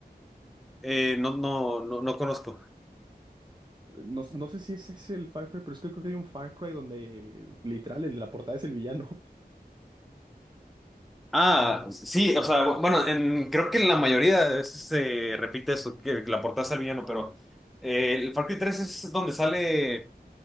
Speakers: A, in the centre; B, on the right.
A: Eh, no, no, no, no conozco.
B: Eh, No, no sé si ese es el Far Cry, pero es que creo que hay un Far Cry donde eh, literal el de la portada es el villano. <laughs>
A: Ah, sí, o sea, bueno, en- creo que en la mayoría de veces se repite eso, que la portada es el villano, pero eh, el Far Cry tres es donde sale,